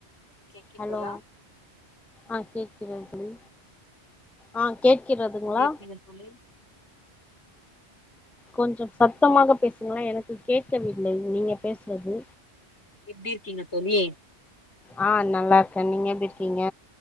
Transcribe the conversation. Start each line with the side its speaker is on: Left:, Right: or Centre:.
Left: தோழி கேக்கின்றதா
Centre: ஹலோ ஆ கேக்குதுங்க தோழி ஆ கேட்குறதுங்களா
Left: எப்டி இருக்கீங்க <inaudible>
Centre: கொஞ்சம் சத்தமாக பேசுங்களே எனக்கு கேட்கவில்லை நீங்க பேசுறது
Left: எப்டி இருக்கீங்க தோழி
Centre: ஆ நல்லா இருக்கே நீங்க எப்டி இருக்கீங்க